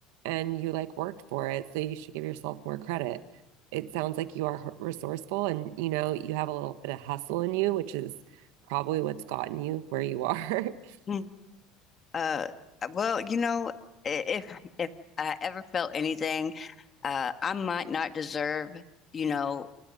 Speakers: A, on the right; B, on the left.
A: and you like worked for it, so you should give yourself more credit. It sounds like you are resourceful and you know, you have a little bit of hustle in you, which is probably what's gotten you where you are. <laughs>
B: Hmm. Uh, well, you know, i- if if I ever felt anything, uh, I might not deserve, you know,